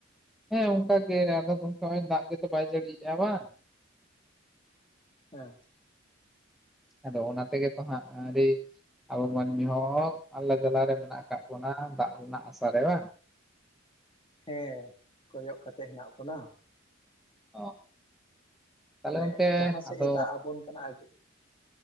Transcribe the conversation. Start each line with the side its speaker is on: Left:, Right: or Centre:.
Centre: ᱦᱮᱸ ᱚᱱᱠᱟ ᱜᱮ ᱟᱫᱚ‌ ᱜᱚᱢᱠᱮ ᱱᱚᱜᱼᱚᱭ ᱫᱟᱜ ᱜᱮᱛᱚ ᱵᱟᱭ ᱡᱟᱹᱲᱤᱭᱮᱜᱼᱟ ᱵᱟᱝ
Left: ᱦᱮᱸ
Centre: ᱟᱫᱚ ᱚᱱᱟ ᱛᱮᱜᱮ ᱛᱚ ᱦᱟᱸᱜ ᱟᱹᱰᱤ ᱟᱵᱚ ᱢᱟᱹᱱᱢᱤ ᱦᱚᱸ ᱟᱞᱟ ᱡᱟᱞᱟ ᱨᱮ ᱢᱮᱱᱟᱜ ᱟᱠᱟᱫ ᱵᱚᱱᱟ ᱫᱟᱜ ᱨᱮᱱᱟᱜ ᱟᱥᱟᱨᱮ ᱵᱟᱝ
Left: ᱦᱮᱸ ᱠᱚᱭᱚᱜ ᱠᱟᱛᱮ ᱦᱮᱱᱟᱜ ᱵᱚᱱᱟ
Centre: ᱚ ᱛᱟᱦᱚᱞᱮ
Left: ᱢᱟᱱᱮ
Centre: ᱜᱚᱝᱠᱮ
Left: ᱡᱟᱦᱟᱸ ᱥᱮᱫ
Centre: ᱟᱫᱚ
Left: ᱮ ᱫᱟᱜ ᱟᱵᱚᱱ ᱠᱟᱱᱟ ᱟᱹᱰᱤ